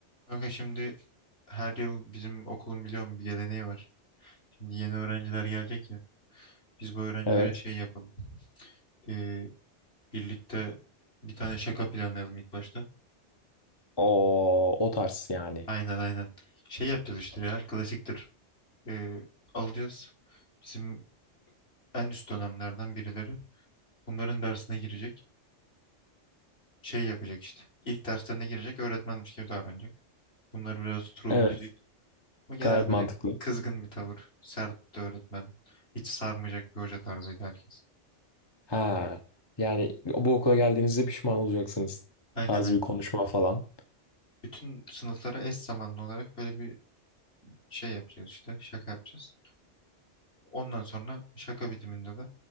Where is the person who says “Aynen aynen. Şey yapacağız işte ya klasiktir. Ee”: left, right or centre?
Left